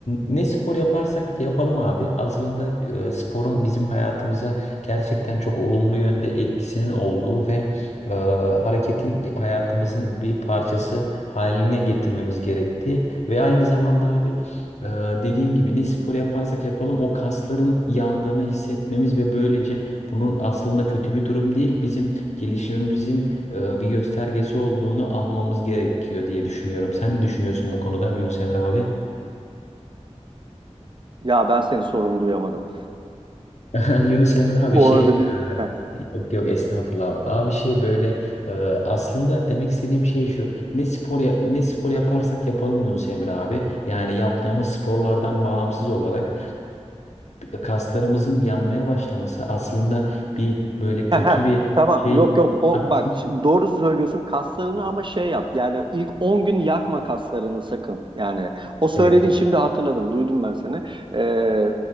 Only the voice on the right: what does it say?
Ya ben senin sorunu duyamadım.
O
arada bir... Heh.
Ha,
ha,
tamam
yok yok
o
bak şimdi doğru söylüyorsun kaslarını ama şey yap yani ilk 10 gün yakma kaslarını sakın yani o söylediğin
şimdi hatırladım duydum ben seni Ee,